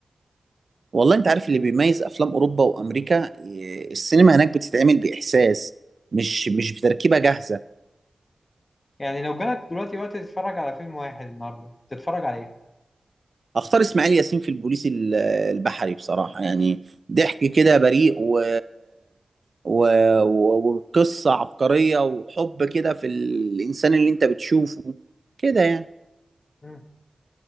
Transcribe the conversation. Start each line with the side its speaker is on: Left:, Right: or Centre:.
Right: والله انت عارف اللي بيميز افلام اوروبا وامريكا آه، السينما هناك بتتعمل باحساس مش مش بتركيبه جاهزه
Left: يعني لو جالك دلوقتي وقت تتفرج على فيلم واحد النهاردة تتفرج على إيه؟
Right: اختار اسماعيل ياسين في البوليس ال- البحري بصراحه يعني ضحك كده بريء و... و... و- وقصه عبقريه وحب كده في الانسان اللي انت بتشوفه كده يعني
Left: مم.